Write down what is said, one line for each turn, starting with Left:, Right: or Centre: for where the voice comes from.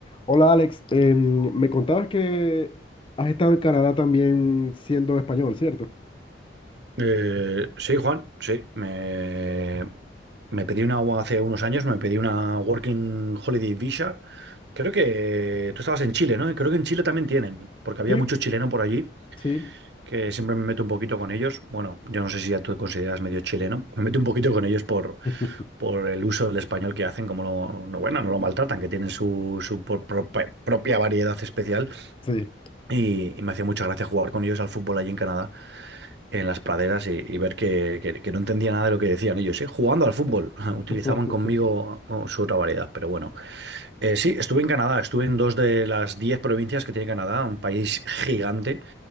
Left: Hola Alex, Em, me contabas que has estado en Canadá también siendo español, ¿cierto?
Right: Eh, sí, Juan, sí. Me, me pedí una, hace unos años, me pedí una Working Holiday Visa. Creo que tú estabas en Chile, ¿no? Y Creo que en Chile también tienen, porque había
Left: Sí,
Right: mucho chileno por allí,
Left: sí.
Right: que siempre me meto un poquito con ellos. Bueno, yo no sé si ya tú te consideras medio chileno. Me meto un poquito con ellos por,
Left: <laughs>
Right: por el uso del español que hacen, como lo, no, bueno, no lo maltratan, que tienen su, su por- propa- propia variedad especial.
Left: Sí.
Right: Y, y me hacía mucha gracia jugar con ellos al fútbol allí en Canadá, en las praderas, y, y ver que, que- que no entendía nada de lo que decían ellos, ¿eh? Jugando al fútbol. <laughs> Utilizaban
Left: <laughs>
Right: conmigo oh, su otra variedad, pero bueno. Eh, sí, estuve en Canadá, estuve en dos de las diez provincias que tiene Canadá, un país gigante,